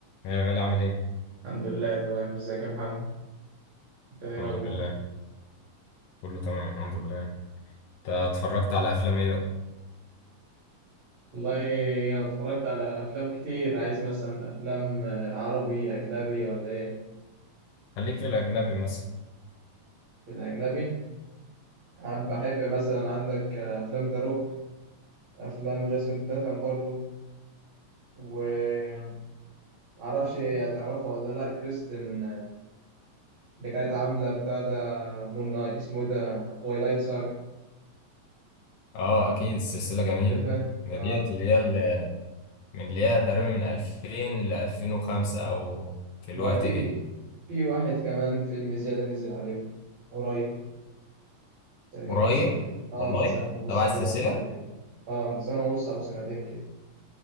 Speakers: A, on the left; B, on the right.
A: يا غالي عامل ايه؟
B: الحمد لله تمام ازيك يا محمد انت ايه الاخبار
A: الحمد لله كله تمام الحمد لله انت اتفرجت على افلام ايه بقى؟
B: والله انا اتفرجت على افلام كتير عايز مثلا افلام آه، عربي اجنبي ولا ايه
A: خليك في الاجنبي مثلا
B: في الاجنبي عم- بحب مثلا عندك آه، افلام ذا روك افلام جاسون ستاثام برضو ومعرفش هتعرفها ولا لا كريستن آه، اللي كانت عامله بتاع ده مون نايت اسمه إيه ده تويلايت ساج
A: اه اكيد السلسلة جميلة
B: عارفها
A: ده
B: اه
A: ديت اللي هي اللي من اللي هي تقريبا من 2000 ل 2005 او في
B: ما
A: الوقت
B: هو في
A: ده
B: في واحد كمان فيلم زياده نزل عليه قريب تقريبا
A: قريب
B: من سنتين اه
A: والله
B: من سنة ونص
A: تبع
B: كده
A: السلسلة
B: أو سنتين اه من سنة ونص أو سنتين كده